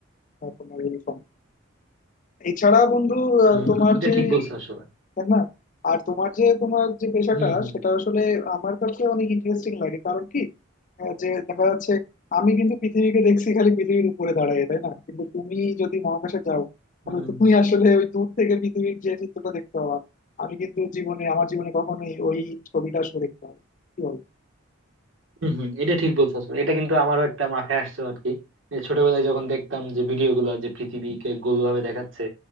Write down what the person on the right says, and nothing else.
হম
হম এটা
ঠিক বলছো আসলে
হম হম
হম
হম হম এটা ঠিক বলছো আসলে। এটা কিন্তু আমারও একটা মাথায় আসছে আর কি এই ছোটবেলায় যখন দেখতাম যে ভিডিও গুলো যে পৃথিবীকে গোল ভাবে দেখাচ্ছে